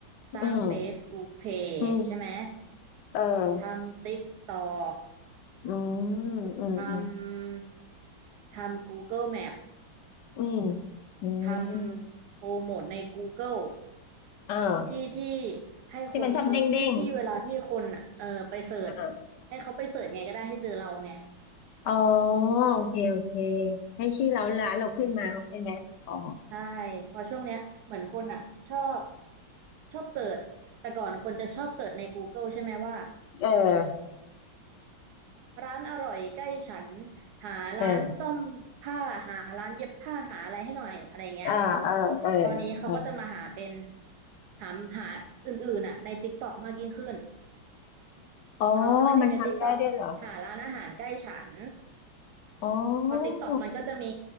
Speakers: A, on the right; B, on the left.
A: สร้าง
B: อืม
A: Facebook Page
B: อืม
A: ใช่ไหม
B: เออ
A: ทำ TikTok
B: อืมอืมอืม
A: ทำทำ Google Map
B: อืมอื
A: ทำโปรโมทใน
B: ม
A: Google
B: อ่า
A: ที่ที่ให้คนเขาที่ที่เวลาที่คนอะเออไปเสิร์ช
B: ที่มันชอบเด้งเด้งอ่า
A: ให้เขาไปเสิร์ชไงก็ได้ให้เจอเราไง
B: อ๋อโอเคโอเคให้ชื่อเราร้านเราขึ้นมาใช่ไหมอ๋อ
A: อืม ใช่เพอช่วงเนี้ยเหมือนคนอ่ะชอบชอบเสิร์ชแต่ก่อนคนจะชอบเสิร์ชใน g o เกิ e ใช่ไหมว่า
B: เออ
A: ร้านอร่อยใกล้ฉันหาร้านซ่อมผ้าหาร้านเย็บผ้าหาอะไรให้หน่อยอะไรเงี้ย
B: เอออ่าเออเออ
A: ตอนนี้เขาก็จะมาหาเป็น
B: เออ
A: หาหาอื่นๆอ่ะในติ๊กต็อกมากยิ่งขึ้น
B: อ๋อ
A: เขาก็จะไปพิมพ์ในติ๊กต็อกหาร้านอาหารใกล้ฉัน
B: มันทำได้ด้วยเหรออ๋อ
A: พอติ๊กต็อกมันก็จะมี